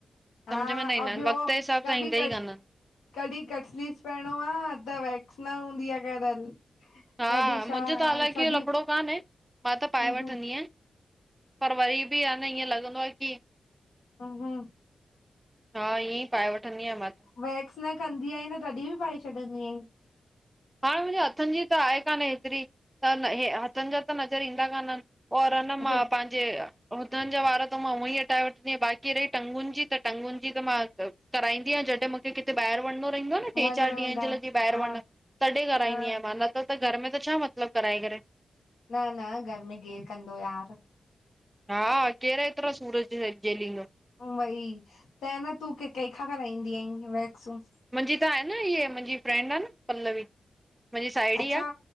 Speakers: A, on the left; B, on the right.
A: हा
B: सम्झ में न ईंदा
A: अउ
B: आहिनि
A: ॿयो
B: वक़्त जे हिसाब
A: कभी
B: सां ईंदा
A: कट्स
B: ई कान आहिनि।
A: कॾहिं कट स्लीव्स पाइणो आ त वैक्स न हूंदी आहे करल।
B: हा
A: कॾहिं छा
B: मुंहिंजो त हालां
A: सॼी
B: की लफड़ो कान्हे मां त पाए
A: हम्म
B: वठंदी आहियां। पर वरी बि आ न इअं लॻंदो आहे कि
A: हम्म हम्म
B: हा ईअं ई पाए वठंदी आहियां मां त
A: वैक्स न कंदी अईत तॾी बि पाए छॾदीं अई।
B: हा मुंहिंजे हथनि जी त आहे कान्ह हेतरी त न हे हथनि जा त नज़र ईंदा कान आहिन। और अ ना
A: असां
B: मा पन जे हुदन जा वार त मां उअं ई हटाए वठंदी आहियां बाक़ी रही टंगुन जी त टंगुन जी त मां कराईंदीयां जॾहिं मूंखे किथे ॿाहर वञणो रहंदो न टे
A: वञिणो
B: चारि
A: हूंदा
B: ॾींहं जे लाइ ॿाहिर
A: हा
B: वञण कॾे कराईंदी
A: हा
B: आहियां मां न त त घर में त छा मतलब कराए करे।
A: न न घर में केर कंदो यार।
B: हा केर एतिरा सूर जे जेलींदो।
A: वई त न तूं के कंहिंखा कराईंदी आहीं वैक्सूं?
B: मुंहिंजी त आहे न इह मुंहिंजी फ्रेंड आ न पल्लवी। मुंहिंजी साहेड़ी
A: अच्छा
B: आहे